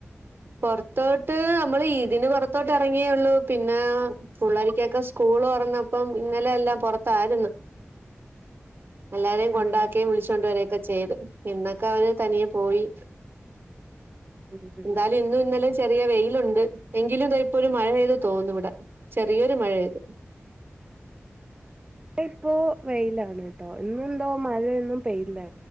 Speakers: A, on the right; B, on the right.
A: പുറത്തോട്ട് നമ്മൾ ഇതിന് പുറത്തോട്ട് ഇറങ്ങിയൊള്ളു. പിന്നെ പിള്ളേർക്കൊക്കെ സ്കൂൾ തുറന്നപ്പം ഇന്നലെ എല്ലാം പുറത്തായിരുന്നു. എല്ലാവരെയും
B: ആഹ്
A: കൊണ്ടാക്കേം, വിളിച്ചു കൊണ്ടുവരേ ക്കെ ചെയ്തു ഇന്നൊക്കെ അവർ തനിയെ പോയി
B: ഉം ഉം
A: എന്നാൽ ഇന്നും ഇന്നലെ ചെറിയ വെയിലുണ്ട്, എൻ എങ്കിലും ദാഇപ്പോ ഒരുമഴ പെയ്ത് തോർന്നു ഇവിടെ ചെറിയൊരു മഴയാത്
B: ഇവ്ടഇപ്പോ വെയിലാണ് ട്ടോ ഇന്ന് എന്തോ മഴയൊന്നും പെയ്തില്ലാ